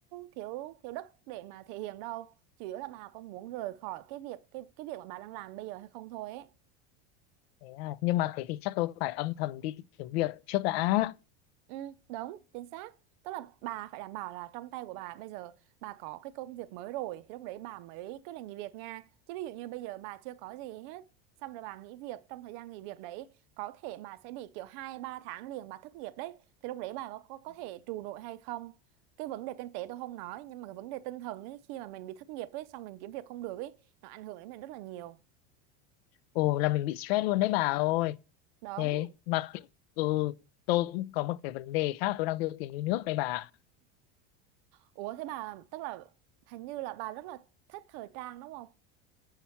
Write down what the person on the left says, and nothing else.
thế à, Nhưng mà thế thì chắc tôi phải âm thầm đi tìm kiếm việc trước đã
Ồ là mình bị stress luôn đấy bà ơi.
Thế mà kiểu ừ, tôi cũng có một cái vấn đề khác là tôi đang tiêu tiền như nước đấy bà. ạ.